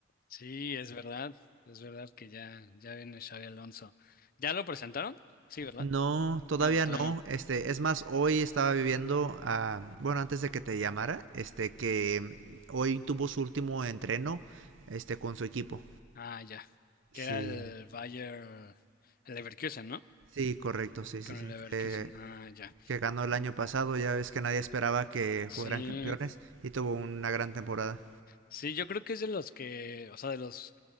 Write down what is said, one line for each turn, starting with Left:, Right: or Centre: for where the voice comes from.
Left: Sí, es verdad, es verdad que ya, ya viene Xavi Alonso. ¿Ya lo presentaron? Sí, ¿verdad?
Right: No, todavía
Left: Ah, no, todavía
Right: no.
Left: no.
Right: Este, es más, hoy estaba viviendo, ah, bueno, antes de que te llamara, este, que hoy tuvo su último entreno, este, con su equipo.
Left: Ah, ya. Que
Right: Sí,
Left: era el Bayer, el Leverkusen, ¿no?
Right: sí, correcto, sí, sí,
Left: Con
Right: sí.
Left: el Leverkusen.
Right: Que,
Left: Ah, ya.
Right: que ganó el año pasado, ya ves que nadie esperaba que
Left: Sí,
Right: fueran campeones y tuvo una gran temporada.
Left: sí, yo creo que es de los que, o sea, de los